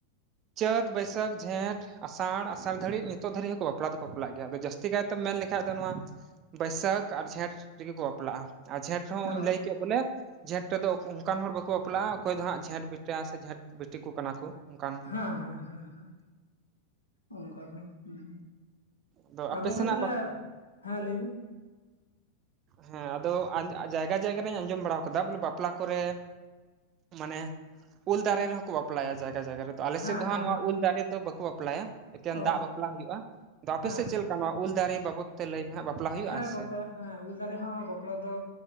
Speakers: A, on the right; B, on the left.
A: ᱪᱟᱹᱛ ᱵᱟᱹᱭᱥᱟᱹᱠᱷ ᱡᱷᱮᱸᱴ ᱾ ᱟᱥᱟᱨ ᱟᱥᱟᱲ ᱫᱷᱟᱹᱨᱤᱡ ᱱᱤᱛᱚ ᱫᱷᱟᱹᱨᱤᱡ ᱦᱚᱸᱠᱚ ᱵᱟᱯᱞᱟ ᱫᱚᱠᱚ ᱵᱟᱯᱞᱟᱜ ᱜᱮᱭᱟ ᱟᱫᱚ ᱡᱟᱹᱥᱛᱤ ᱠᱟᱭᱛᱮ ᱢᱮᱱ ᱞᱮᱠᱷᱟᱡ ᱫᱚ ᱱᱚᱣᱟ ᱾ ᱵᱟᱹᱭᱥᱟᱹᱠᱷ ᱟᱨ ᱡᱷᱮᱸᱴ ᱨᱮᱜᱤ ᱠᱩ ᱵᱟᱯᱞᱟᱜ-ᱟ ᱟᱨ ᱡᱷᱮᱸᱴ ᱦᱚᱸᱧ
B: ᱚ
A: ᱞᱟᱹᱭ ᱠᱮᱫ ᱵᱚᱞᱮ ᱾ ᱡᱷᱮᱸᱴ ᱨᱮᱫᱚ ᱩᱝᱠᱟᱱ ᱦᱚᱲ ᱵᱟᱠᱚ ᱵᱟᱯᱞᱟᱜ-ᱟ ᱚᱠᱚᱭ ᱫᱚ ᱦᱟᱸᱜ ᱡᱷᱮᱸᱴ ᱵᱮᱴᱟ ᱥᱮ ᱡᱷᱮᱸᱴ ᱵᱤᱴᱤ ᱠᱩ ᱠᱟᱱᱟ ᱠᱩ ᱚᱱᱠᱟᱱ ᱾
B: ᱦᱮᱸ ᱦᱮᱸ ᱦᱮᱸ ᱚᱝᱠᱟ ᱫᱚ ᱦᱩᱸ ᱾
A: ᱟᱫᱚ
B: ᱟ
A: ᱟᱯᱮ
B: ᱜᱚᱝᱠᱮ
A: ᱥᱮᱱᱟᱜ
B: ᱛᱟᱦᱞᱮ
A: ᱵᱟᱯ
B: ᱦᱮᱸ ᱞᱟᱹᱭᱵᱤᱱ᱾
A: ᱦᱮᱸ ᱟᱫᱚ ᱟ ᱡᱟᱭᱜᱟ ᱡᱟᱭᱜᱟ ᱨᱤᱧ ᱟᱸᱡᱚᱢ ᱵᱟᱲᱟ ᱠᱟᱫᱟ ᱵᱚᱞᱮ ᱵᱟᱯᱞᱟ ᱠᱚᱨᱮ ᱢᱟᱱᱮ ᱩᱞ ᱫᱟᱨᱮ ᱨᱮᱦᱚᱸᱠᱚ ᱵᱟᱯᱞᱟᱭᱟ ᱡᱟᱭᱜᱟ ᱡᱟᱭᱜᱟ ᱨᱮ ᱟᱞᱮ
B: ᱦᱮᱸ
A: ᱥᱮᱫ ᱫᱚ ᱦᱟᱸᱜ
B: ᱦᱮᱸ
A: ᱱᱚᱣᱟ
B: ᱵᱟ
A: ᱩᱞ ᱫᱟᱨᱮ ᱫᱚ ᱵᱟᱠᱩ ᱯᱞᱟᱭᱟ ᱮᱠᱮᱱ
B: ᱚ
A: ᱫᱟᱜ ᱵᱟᱯᱞᱟ ᱦᱩᱭᱩᱜ-ᱟ, ᱟᱫᱚ ᱟᱯᱮ
B: ᱦᱮᱸ
A: ᱥᱮᱫ
B: ᱦᱮᱸ
A: ᱪᱮᱫ ᱞᱮᱠᱟ ᱱᱚᱣᱟ ᱩᱞ ᱫᱟᱨᱮ ᱵᱟᱵᱚᱫ? ᱛᱮ ᱞᱟᱹᱭ ᱢᱮ ᱦᱟᱸᱜ ᱵᱟᱯᱞᱟ ᱦᱩᱭᱩᱜ-ᱟ
B: ᱦᱮᱸ ᱜᱚᱝᱠᱮ
A: ᱥᱮ
B: ᱦᱮᱸ ᱩᱞ ᱫᱟᱨᱮ ᱦᱚᱸ ᱵᱟᱯᱞᱟ ᱫᱚ